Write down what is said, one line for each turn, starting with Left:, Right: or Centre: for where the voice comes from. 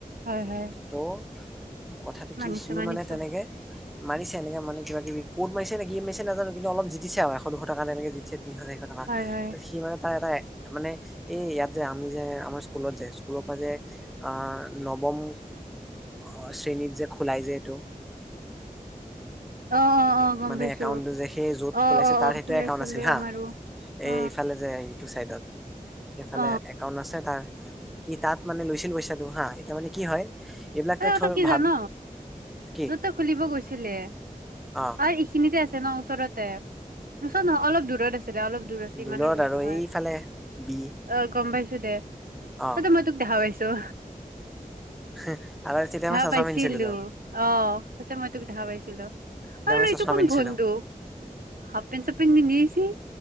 Right: হয়, হয়।
Centre: তৌ' কথাটো
Right: মানিছো
Centre: কি সিও
Right: মানিছো
Centre: মানে তেনেকে। মাৰিছে এনেকা মানে কিবা-কিবি কত মাৰিছে নে কিয়ে মাৰিছে নাজানো কিন্তু অলপ জিতিছে আৰু এশ-দুশ টকা তেনেকে জিতচে তিনিখন-চাৰিখন। আমা,
Right: হয় হয়
Centre: তাত সি মানে তাৰ এটা এ মানে এই ইয়াত যে আমি যে, আমাৰ স্কুলত যায় স্কুলপা যে আহ, নৱম অ', শ্ৰেণীত যে খোলাই যে এইটো।
Right: অ অ অ গম
Centre: মানে
Right: পাইছো
Centre: একাউন্টটো যে সেই যত
Right: অ
Centre: খোলাইছে
Right: অ
Centre: তাৰ
Right: অ
Centre: সেইটো
Right: খোলাইছিলে
Centre: একাউন্ট আছিল হা,
Right: আমাৰো অ
Centre: এইফালে যে এইটো চাইডত, সেইফালে
Right: অ
Centre: একাউণ্ট আছে তাৰ। সি তাত মানে লৈছিল পইচাটো হা এতিয়া মানে কি হয়। এইবিলাক
Right: আৰু এটা
Centre: ত
Right: কথা
Centre: থ
Right: কি
Centre: ভাব
Right: জান
Centre: কি?
Right: য'তে খুলিব গৈছিলে।
Centre: অ'।
Right: অ', এইখিনিতে আছে ন ওচৰতে ওচৰত নহয় অলপ দূৰত আছিলে অলপ। দূৰ আছে
Centre: দোলত
Right: ইমানো দূৰ
Centre: আৰু
Right: নহয়।
Centre: এইফালে বি
Right: অ', গম পাইছোঁ দে,
Centre: অ
Right: তাতেই মই তোক দেখা পাইছোঁ।
Centre: আৰ তেতিয়া
Right: দেখা
Centre: মমই চচা
Right: পাইছিলো
Centre: পিন্ধিছিলোঁ তো।
Right: অ', তাতে মই তোক দেখা পাইছিলোঁ
Centre: তেতিয়া
Right: আৰু
Centre: মই
Right: এইটো
Centre: চচমা
Right: কোন
Centre: পিন্ধিছিলো
Right: বন্ধু? হাপপেন চাপেন পিন্ধি আহিছে।